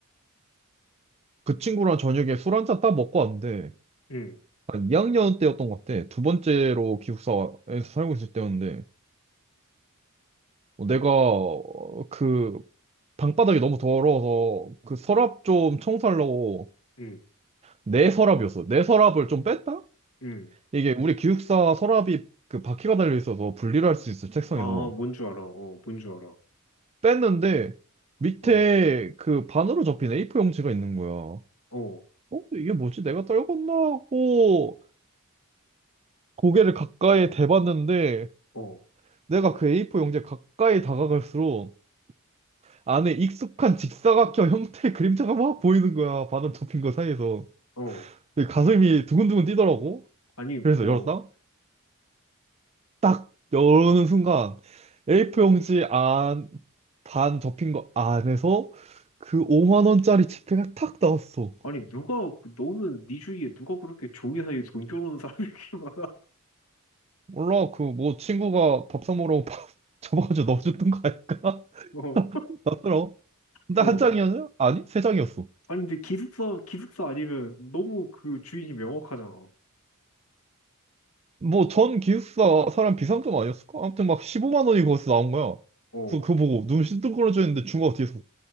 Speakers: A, on the right; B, on the left.
A: 그 친구랑 저녁에 술 한잔 딱 먹고 왔는데
B: 응
A: 한 2학년 때였던 것 같아. 두 번째로 기숙사에서 살고 있을 때였는데 어, 내가 어, 그 방바닥이 너무 더러워서 그 서랍 좀 청소하려고
B: 응
A: 내 서랍이었어. 내 서랍을 좀 뺐다?
B: 응
A: 이게 우리 기숙사 서랍이 그 바퀴가 달려 있어서 분리를 할 수 있어, 책상에서.
B: 아 뭔 줄 알아 어 뭔 줄 알아
A: 뺐는데 밑에
B: 어
A: 그 반으로 접힌 A4 용지가 있는 거야. 어?
B: 어
A: 이게 뭐지? 내가 떨궜나 하고 고개를 가까이 대봤는데
B: 어
A: 내가 그 A4 용지에 가까이 다가갈수록 안에 익숙한 직사각형 형태의 그림자가 막 보이는 거야. 반으로 접힌 거 사이에서.
B: 어
A: 근데 가슴이 두근두근 뛰더라고.
B: 아니
A: 그래서
B: 어
A: 열었다. 딱 열는 순간 A4 용지 안, 반 접힌 거 안에서 그 5만 원짜리 지폐가 탁 나왔어.
B: 아니 누가 그- 너는 네 주위에 누가 그렇게 종이 사이에 돈 쪼르는 사람이 이렇게 많아?
A: 몰라, 그, 뭐, 친구가 밥 사먹으라고 밥 <laughs> 잡아가지고 넣어줬던 거 아닐까? <laughs>
B: <laughs> 어,
A: 나더라. 근데
B: 어.
A: 한 장이었냐? 아니, 세 장이었어.
B: 아니 근데 기숙사 기숙사 아니면 너무 그 주인이 명확하잖아.
A: 뭐, 전 기숙사 사람 비상금 아니었을까? 아무튼 막 15만 원이 거기서 나온 거야.
B: 어,
A: 그래서 그거 보고 눈 싱뚱그러져 있는데 중국가 뒤에서,